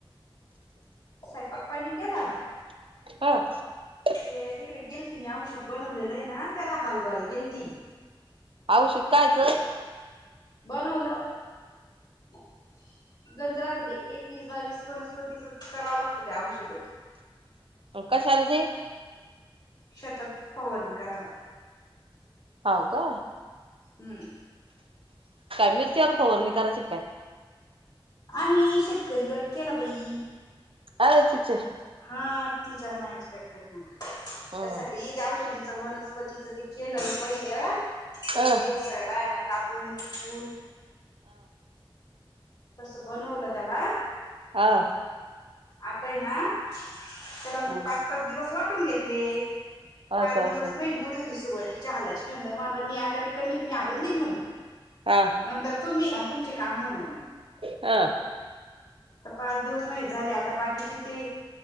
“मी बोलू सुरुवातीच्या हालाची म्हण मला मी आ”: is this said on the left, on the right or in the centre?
Left